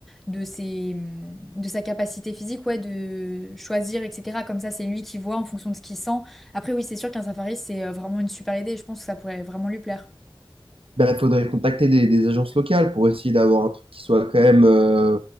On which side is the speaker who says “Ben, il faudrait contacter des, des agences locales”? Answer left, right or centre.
Right